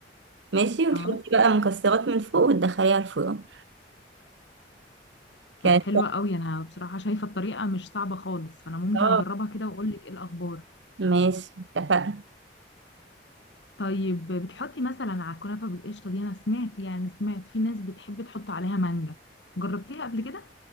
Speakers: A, on the right (about 85°); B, on the left (about 80°).
A: ماشي وتحطي
B: اه
A: بقى مكسرات من فوق وتدخليها الفرن كانت
B: طب حلوه قوي انا بصراحه شايفه الطريقه مش صعبه خالص فانا ممكن
A: تحفة.
B: اجربها كده واقول لك ايه الاخبار
A: ماشي اتفقنا
B: طيب بتحطي مثلا على الكنافه بالقشطه دي انا سمعت يعني سمعت في ناس بتحب تحط عليها مانجا جربتيها قبل كده